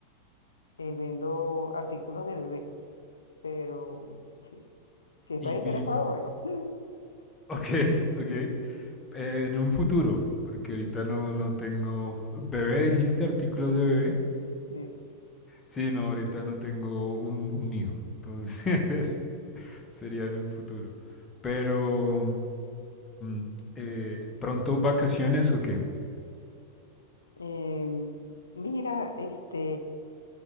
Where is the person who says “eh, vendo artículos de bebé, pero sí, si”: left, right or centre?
Left